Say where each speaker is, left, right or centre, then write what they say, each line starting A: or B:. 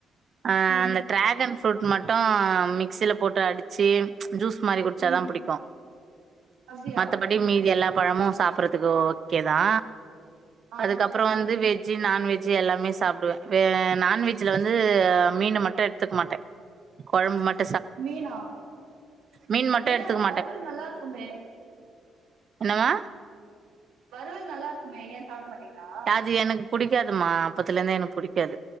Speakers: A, on the right; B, on the right.
A: அ
B: ம்
A: அந்த ட்ராகன் ஃப்ரூட் மட்டு மிக்சில போட்டு அடிச்சி ஜூஸ் மாரி குடிச்சாதா
B: ம்
A: புடிக்கு
B: அப்டியா
A: மத்தப டி மீதி எல்லா பழமு சாப்பட்றதுக்கு ஓகேதா
B: ஆ
A: அதுக்கப்பறோ வந்து வெஜ் ஜீ நான்வெஜ்ஜீ எல்லாமே சாப்பிடுவே வெ நான்வெஜ்ல வந்து மீனை மட்டு எடுத்துக்க மாட்டே கொழம்பு மட்
B: மீனா
A: மீன் மட்டு
B: ஏ
A: எடுத்துக்க
B: வறுவல் நல்லா இருக்குமே
A: என்னம்மா
B: வறுவல் நல்லா இருக்குமே, ஏ சாப்டமாட்டீங்ளா
A: அது எனக் புடிக்காதுமா அப்பத்துலந்து எனக்கு புடிக்காது